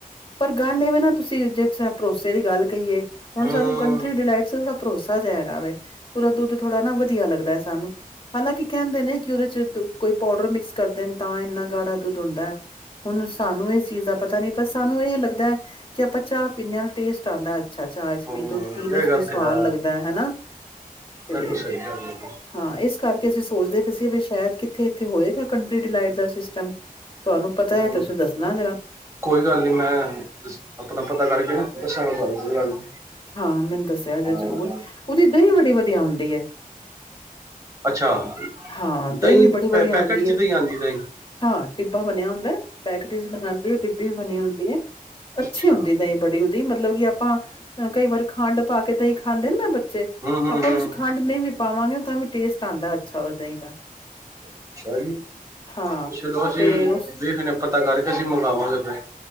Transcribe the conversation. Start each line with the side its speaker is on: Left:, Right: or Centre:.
Left: ਪਰ ਗੱਲ ਏ ਵੇਂ ਨਾ ਤੁਸੀਂ ਜੇ ਭਰੋਸੇ ਦੀ ਗੱਲ ਕਈਏ
Right: ਹੂੰ,
Left: ਹੁਨ ਸਾਨੂੰ ਕੰਟਰੀ ਡਿਲਾਈਟ ਥੋੜ੍ਹਾ ਭਰੋਸਾ ਜਿਹਾ ਹੈਗਾ ਵੇ ਉਦਾ ਦੁੱਧ ਥੋੜਾ ਨਾ ਵਧੀਆ ਲੱਗਦਾ ਏ ਸਾਨੂੰ। ਹਾਲਾਂਕਿ ਕੈਂਦੇ ਨੇ ਕਿ ਉਦੇ ਚ ਕੋਈ ਪੋਡਰ ਮਿਕਸ ਕਰਦੇ ਨੇ ਤਾਂ ਇੰਨਾ ਗਾੜਾ ਦੁੱਧ ਹੁੰਦੈ। ਹੁਨ ਸਾਨੂੰ ਇਸ ਚੀਜ਼ ਦਾ ਪਤਾ ਨੀ ਪਰ ਸਾਨੂੰ ਏ ਲੱਗਦੈ, ਕਿ ਆਪਾਂ ਚਾ ਪੀਂਦੇ ਆਂ ਟੇਸਟ ਆਂਦੈ। ਅੱਛਾ ਚਾ ਚ
Right: ਹੂੰ
Left: ਵੀ ਦੁੱਧ ਪੀਨ
Right: ਇਹ
Left: ਚ
Right: ਗੱਲ
Left: ਵੀ
Right: ਤੇ
Left: ਸਵਾਦ
Right: ਹੈ,
Left: ਲੱਗਦੈ, ਹਨਾ ਤੇ
Right: ਬਿਲਕੁਲ ਸਹੀ ਗੱਲ ਹੈਗੀ।
Left: ਹਾਂ ਇਸ ਕਰਕੇ ਅਸੀਂ ਸੋਚਦੇ ਪਏ ਸੀ ਵੀ ਸ਼ਾਇਦ ਕਿੱਥੇ ਇੱਥੇ ਹੋਏਗਾ ਕੰਟਰੀ ਡੀਲਾਈਟ ਦਾ ਸਿਸਟਮ ਤੁਹਾਨੂੰ ਪਤਾ
Right: ਹੂੰ,
Left: ਏ ਤੁਸੀਂ ਦੱਸਨਾ ਜਰਾ।
Right: ਕੋਈ ਗੱਲ ਨੀ ਮੈਂ ਦਸ ਅਪਨਾ ਪਤਾ ਕਰਕੇ ਨਾ ਦੱਸਾਂਗਾ ਤੁਹਾਨੂੰ ਕੋਈ ਗੱਲ ਨੀ।
Left: ਹਾਂ ਮੈਨੂੰ ਦੱਸਿਆ ਜੇ
Right: ਹਾਂ,
Left: ਜ਼ਰੂਰ ਉਦੀ ਦਈ ਬੜੀ ਵਧੀਆ ਆਉਂਦੀ ਏ।
Right: ਅੱਛਾ,
Left: ਹਾਂ ਦਹੀਂ
Right: ਦਈਂ
Left: ਵੀ ਬੜੀ ਵਧੀਆ
Right: ਪੈ ਪੈਕਟ
Left: ਆਉਂਦੀ
Right: ਚ
Left: ਹੈ
Right: ਦਈਂ ਆਂਦੀ ਦਈਂ
Left: ਹਾਂ ਟਿੱਬਾ ਬਨੇਆ ਹੁੰਦੈ, ਪੈਕਟ ਚ ਵਖਾਂਦੇ ਨੇ ਵੀ ਬਨੀ ਹੁੰਦੀ ਏ ਅੱਛੀ
Right: ਅੱਛਾ,
Left: ਹੁੰਦੀ ਦਈਂ ਬੜੀ ਓ ਵੀ ਮਤਲਬ ਕਿ ਆਪਾਂ ਕਈ ਵਾਰ ਖੰਡ ਪਾਕੇ ਦਈ ਖਾਂਦੇ ਨਾ ਬੱ ਤੇ
Right: ਹੂੰ-ਹੂੰ-ਹੂੰ,
Left: ਆਪਾਂ ਓਦੇ ਚ ਖੰਡ ਨਈਂ ਵੀ ਪਾਵਾਂਗੇ ਓ ਤਾਂ ਵੀ ਟੇਸਟ ਆਂਦਾ ਅੱਛਾ ਓਦਾ ਦਈਂ ਦਾ।
Right: ਅੱਛਾ ਜੀ
Left: ਹਾਂ
Right: ਚਲੋ, ਅਸੀ
Left: ਤੇ
Right: ਵੀ
Left: ਉਸ
Right: ਵੇਖਨੇ ਆ ਪਤਾ ਕਰਕੇ ਅਸੀ ਮੰਗਾਵਾਂਗੇ ਫੇਰ